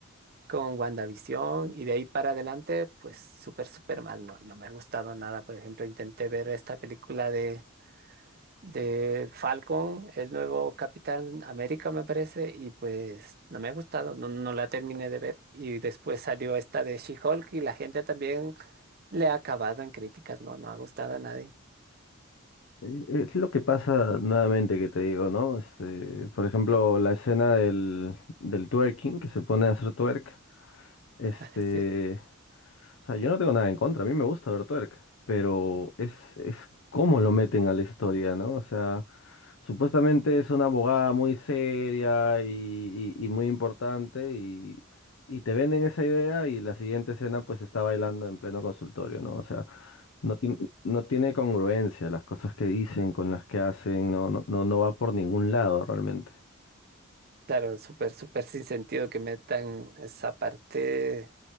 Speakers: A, on the right; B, on the left.
A: con WandaVision y de ahí para adelante, pues súper, súper mal. No, no me ha gustado nada. Por ejemplo, intenté ver esta película de, de Falcon, el nuevo Capitán América, me parece, y pues no me ha gustado, no, no la terminé de ver. Y después salió esta de She-Hulk y la gente también le ha acabado en críticas, no, no ha gustado a nadie.
B: Eh, eh, Es lo que pasa nuevamente que te digo, ¿no? Este, por ejemplo, la escena del, del twerking, que se pone a hacer twerk, este,
A: <laughs> Sí,
B: o sea, yo no tengo nada en contra, a mí me gusta ver twerk, pero es, es cómo lo meten a la historia, ¿no? O sea, Supuestamente es una abogada muy seria y, y- y muy importante y, y te venden esa idea y la siguiente escena pues está bailando en pleno consultorio, ¿no? O sea, no tiene, no tiene congruencia las cosas que dicen con las que hacen, no, no, no, no va por ningún lado realmente.
A: Claro, súper, súper sin sentido que metan esa parte.